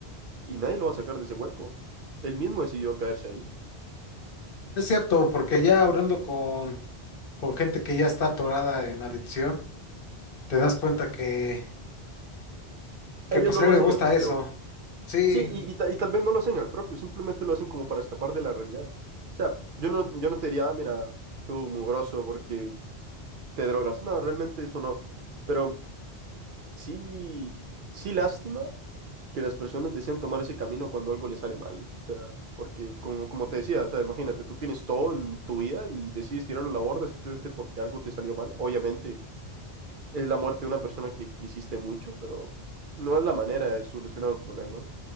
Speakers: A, on the right (about 60°); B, on the left (about 60°).
A: y nadie lo va a sacar de ese hueco. Él mismo decidió caerse ahí.
B: Es cierto, porque ya hablando con, con gente que ya está atorada en adicción, te das cuenta que, que
A: Ellos
B: pues
A: no
B: a
A: lo
B: él le
A: hacen
B: gusta
A: al propio.
B: eso. Sí,
A: Sí, y, y ta- y tal vez no lo hacen al propio, simplemente lo hacen como para escapar de la realidad. O sea, yo no, yo no te diría, "Ah, mira, tú mugroso porque te drogas. No, realmente eso no. Pero sí, sí lástima que las personas decían tomar ese camino cuando algo les sale mal. O sea, porque como, como te decía, o sea, imagínate, tú tienes todo en tu vida y decides tirarlo a la borda simplemente porque algo te salió mal. Obviamente Es la muerte de una persona que quisiste mucho, pero no es la manera de solucionar un problema.